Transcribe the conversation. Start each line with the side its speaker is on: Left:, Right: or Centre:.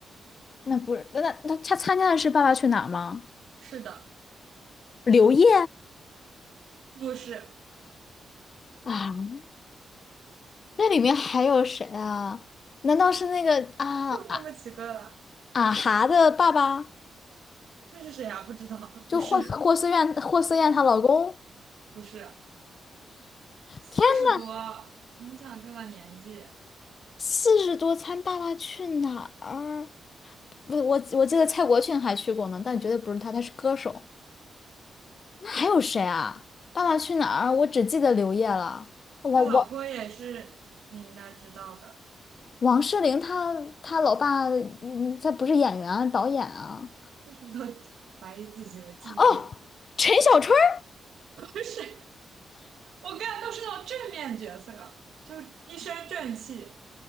Left: 那不是那那他参加的是《爸爸去哪儿》吗？
Right: 是的，
Left: 刘烨
Right: 不是，
Left: 啊，那里面还有谁啊？难道是那个啊啊
Right: 就那么几个了。
Left: 啊哈的爸爸？
Right: 那是谁啊？不知道，
Left: 就霍霍思燕霍思燕她老公？
Right: 不是，不是，四十多，
Left: 天啊，
Right: 你想这个年纪，
Left: 四十多参《爸爸去哪儿》，不，我我记得蔡国庆还去过呢，但绝对不是他，他是歌手。那还有谁啊？《爸爸去哪儿》，我只记得刘烨了。王王
Right: 他老婆也是，你应该知道的。
Left: 王诗龄她她老爸，嗯他不是演员啊，导演啊。
Right: 为什么都 <laughs> 怀疑自己的记忆？
Left: 哦，
Right: <laughs>
Left: 陈小春儿
Right: 不是，我干的都是那种正面角色，就一身正气。